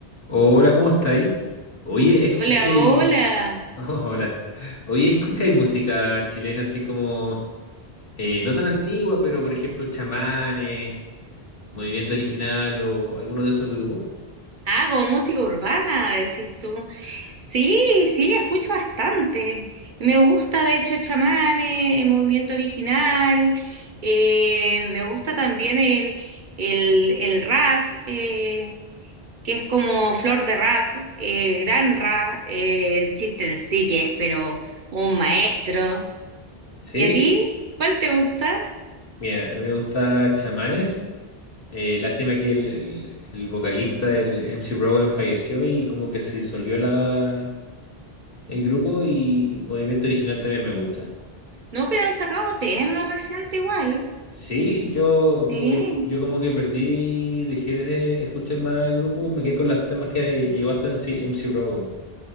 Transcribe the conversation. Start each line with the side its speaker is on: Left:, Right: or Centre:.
Left: Hola, ¿cómo estáis? Oye, escuché...
Right: Hola, hola.
Left: <laughs> hola. Oye, escucháis música chilena así como... eh, no tan antigua, pero por ejemplo, Chamanes, Movimiento Original o alguno de esos grupos.
Right: Ah, como música urbana, decís tú. Sí, sí, escucho bastante. Me gusta, de hecho, Chamanes, el Movimiento Original. Eh, me gusta también el, el, el rap, eh, que es como flor de rap, eh, gran rap, eh, el chiste en sí que es, pero un maestro.
Left: ¿Sí?
Right: ¿Y a ti? ¿Cuál te gusta?
Left: Mira, a mí me gusta Chamanes. Eh, lástima que el, el- el vocalista, el MC Rowan, falleció y como que se disolvió la, el grupo y Movimiento Original también me gusta.
Right: No, pero han sacado temas reciente igual.
Left: Sí, yo
Right: Sí.
Left: como que yo como que perdí, dejé de escuchar más el grupo, me quedé con los temas que llegó hasta en MC, MC Rowan.